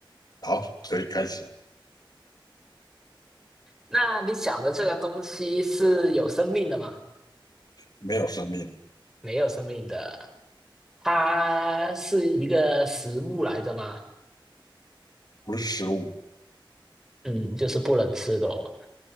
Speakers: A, on the left; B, in the centre.
A: 好，可以开始。
B: 那你想的这个东西是有生命的吗？
A: 没有生命，
B: 没有生命的，它是一个食物来的吗？
A: 不是食物，
B: 嗯，就是不能吃的哦。